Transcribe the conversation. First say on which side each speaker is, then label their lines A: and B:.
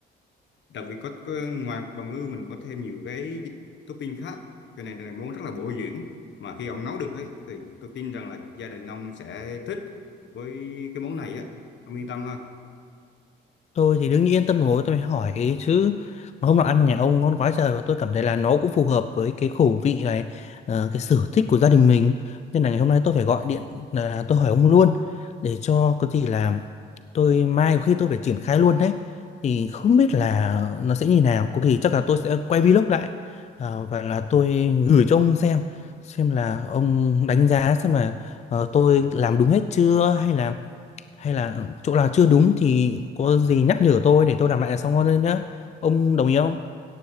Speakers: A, on the left; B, on the left.
A: đặc biệt có, có ngoài bào ngư mình có thêm nhiều cái topping khác cho nên là món rất là bổ dưỡng mà khi ông nấu được ấy, thì tôi tin rằng là gia đình ông sẽ thích với cái món này á ông yên tâm ha
B: Tôi thì đương nhiên yên tâm rồi tôi mới hỏi ấy chứ mà hôm nọ ăn nhà ông ngon quá trời và tôi cảm thấy là nó cũng phù hợp với cái khẩu vị này ờ, cái sở thích của gia đình mình nên là ngày hôm nay tôi phải gọi điện là tôi hỏi ông luôn để cho có gì là tôi mai có khi tôi phải triển khai luôn đấy thì không biết là nó sẽ như nào có khi chắc là tôi sẽ quay vlog lại ờ, và là tôi gửi cho ông xem xem là ông đánh giá xem là ờ, tôi làm đúng hết chưa hay là hay là chỗ nào chưa đúng thì có gì nhắc nhở tôi để tôi làm lại là xong hơn nhá ông đồng ý không